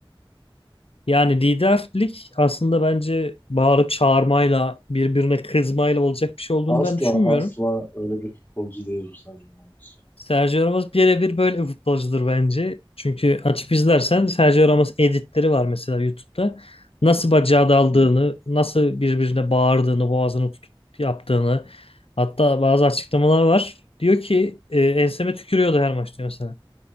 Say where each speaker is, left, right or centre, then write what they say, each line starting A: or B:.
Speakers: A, on the left; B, on the left.
A: Yani liderlik aslında bence bağırıp çağırmayla, birbirine kızmayla olacak bir şey olduğunu
B: Asla
A: ben düşünmüyorum.
B: asla öyle bir futbolcu değil bu Sergio Ramos.
A: Sergio Ramos birebir böyle bir futbolcudur bence. Çünkü açıp izlersen Sergio Ramos editleri var mesela YouTube'da. Nasıl bacağı daldığını, nasıl birbirine bağırdığını, boğazını tutup yaptığını. Hatta bazı açıklamalar var. Diyor ki e, enseme tükürüyordu her maçta mesela.